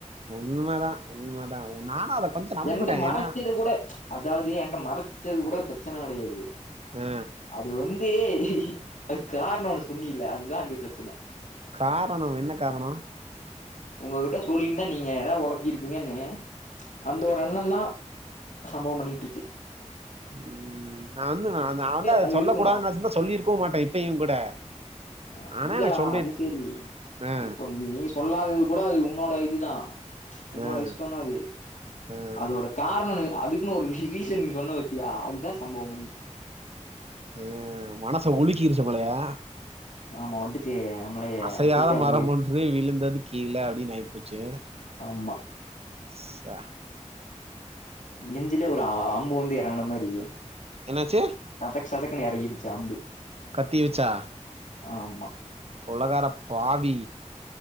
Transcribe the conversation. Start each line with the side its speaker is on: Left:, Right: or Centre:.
Right: உண்மதா உண்மதா நானு அத கொஞ்சோ நம்புறே
Left: என்ட்ட மறச்சது
Right: ஏன்னா
Left: கூட அதாவது என்ட்ட மறச்சது கூட பிரச்சன கடயாது
Right: ஆ
Left: அது வந்து அதுக்கு காரணம் ஒன்னு சொன்னில அதுதா அங்க பிரச்சன
Right: காரணம் என்ன காரணம்
Left: உங்ககிட்ட சொல்லிந்தா நீங்க ஏதாவ ஒளப்பிருப்பீங்கன்னு அந்த ஒரு எண்ணந்தா சம்பவம் பண்ணி விட்டுருச்சு
Right: உம் நா வந்து நா வந்து அத
Left: அது
Right: சொல்ல
Left: இருக்கணும்
Right: கூடாது நனச்சிந்தா சொல்லிருக்கவு மாட்டே இப்பயும் கூட
Left: ஆ
Right: ஆனா
Left: இல்லடா
Right: எனக்கு சொல்லி
Left: அது சரி
Right: ஆ
Left: இப்போ நீ சொல்லாதது கூட அது உன்னோட இதுதா உன்னோட
Right: ஆ
Left: இஷ்டம் தா அது
Right: ஆ
Left: அதோட காரணம்னு அதுக்குன்னு ஒரு ரீசன் நீ சொன்ன பாத்தியா அதுதா சம்பவம் பண்ணிருச்சு
Right: ஆ மனச உலுக்கிருச்சு போலயா
Left: ஆமா அடிச்சு நம்மளயே
Right: அசையாத
Left: லைட்டா அப்டியே
Right: <unintelligible> விழுந்தது கீழ அப்டின்னு ஆயிப்போச்சு
Left: ஆமா
Right: ச
Left: நெஞ்சுலயே ஒரு அம்பு வந்து எறங்கன மாரி
Right: என்னாச்சு
Left: சதக் சதக்குன்னு எறக்கிடுச்சு அம்பு
Right: கத்திய வச்சா
Left: ஆமா
Right: கொலக்கார பாவி